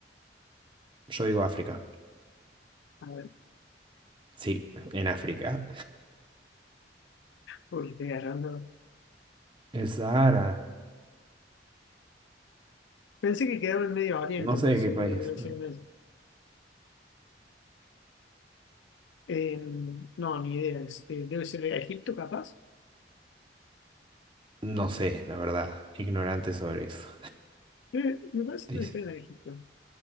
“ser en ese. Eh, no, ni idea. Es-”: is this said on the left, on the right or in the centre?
Left